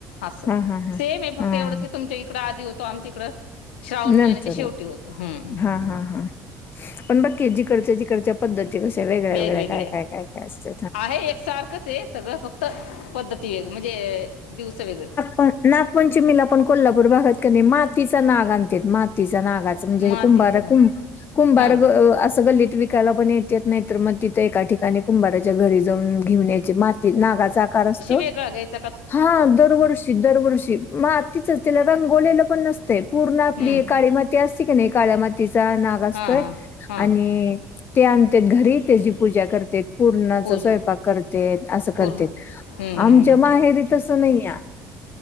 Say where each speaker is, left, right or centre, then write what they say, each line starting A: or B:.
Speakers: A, on the left; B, on the left.
A: असं
B: हां, हां, हां.
A: सेम आहे फक्त
B: हां,
A: एवढंच की तुमच्या इकड आधी होतो आमच्या इकडं श्रावण महिन्यात
B: नंतर
A: शेवटी होत हम.
B: हां, हां, हां. पण बकी जिकडच्या जिकडच्या पद्धती कश्या वेगळ्या
A: वेगवेगळ्या
B: वेगळ्या काय काय काय काय असत.
A: आहे एकसारखंच आहे सगळं फक्त पद्धती वेगळे म्हणजे दिवस वेगळे
B: प नागपंचमीला पण कोल्हापूर भागात क नाही मातीचा नाग आणते मातीचा नाग म्हे
A: मातीचा
B: कुंारु कुंभार
A: हा
B: अस गल्लीत विकायला पण येत नाही. म्र मग तिथं एका ठिकाणी कुंभाराच्या घरी जाऊन घेऊण्याचे माती नागाचा आकार असतो.
A: वेगळगयच
B: हा दरवर्षी दरवर्षी मग आत् तिचच त्यािला रंगोलेलं पण नसतं पूर्ण आपली
A: हम्म
B: काळी माती ऐतिहासिक नाही काळ्या मातीचा नाग असतोय
A: हा हा हा
B: आणि ते आणत घरी त्याची पूजा करते. पूर्णाचा
A: पूजा
B: स्वयंपाक करत असं करत
A: पूर्ण हम्म
B: आमच्या
A: हम्म हम्म
B: माहेरी तसं नाही आहे.